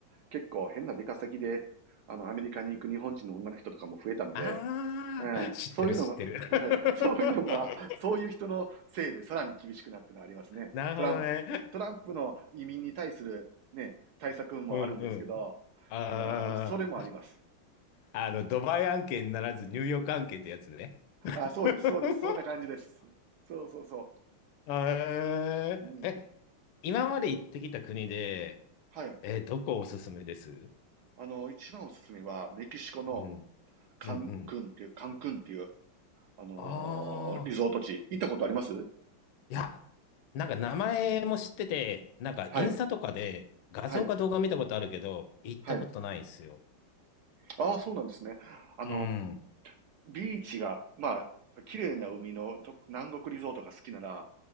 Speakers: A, on the right; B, on the left.
A: 結構変な出稼ぎで、あの、アメリカに行く日本人の女の人とかも増えたんで、
B: ああ、
A: うん、
B: 知ってる、
A: そういうのも、
B: 知ってる。<laughs>
A: <laughs> そういうのは、そういう人のせいでさらに厳しくなってるのはありますね。
B: なるほどね。
A: トランプ、トランプの移民に対するね、対策もあるんですけど、
B: うんうん。あ
A: あのーそれもあります。
B: あ、あの、ドバイ案件ならずニューヨーク案件ってやつね。
A: あ、そうです、
B: <laughs>
A: そうです、そんな感じです。そうそうそ
B: えーえ、
A: う。うん。
B: 今まで行ってきた国で、
A: はい。
B: えーどこおすすめです
A: あのー一番おすすめは、メキシコの
B: うん。
A: カンクンっていう、
B: うんうん。
A: カンクンっていう、あのーリゾート地。
B: ああ、
A: 行ったことあります
B: いや、なんか名前も知ってて、なんかインスタとかで画像か動画見たことあるけど、
A: はい、はい、
B: 行ったことないんですよ。
A: はい。ああ、そうなんですね。あの、
B: うん。
A: ビーチが、まあ、綺麗な海のと南国リゾートが好きなら、